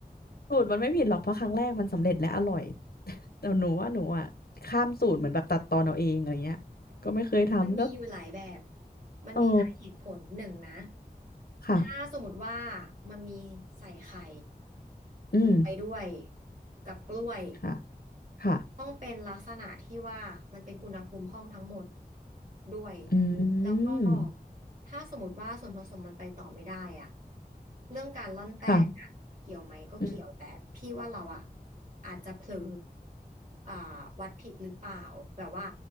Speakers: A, on the left; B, on the right.
A: สูตรมันไม่ผิดหรอกเพราะครั้งแรกมันสำเร็จและอร่อยแต่หนูว่าหนูอ่ะข้ามสูตรเหมือนแบบตัดตอนเอาเองอะไรเงี้ยก็ไม่เคยทำก็
B: มันมีอยู่หลายแบบมันมีหลายเหตุผลหนึ่งนะ
A: เออค่ะ
B: ถ้าสมมติว่ามันมีใส่ไข่
A: อืม
B: ลงไปด้วยกับกล้วย
A: ค่ะค่ะ
B: ต้องเป็นลักษณะที่ว่ามันเป็นอุณหภูมิห้องทั้งหมดด้วย
A: อื
B: แล้วก็
A: ม
B: ถ้าสมมติว่าส่วนผสมมันไปต่อไม่ได้อะเรื่องการร่อนแป้งอะเกี่ยวไหมก็เกี่ยวแต่พี่ว่าเราอะ
A: ค่ะอืม
B: อาจจะเผลออ่าวัดผิดหรือเปล่าแบบว่า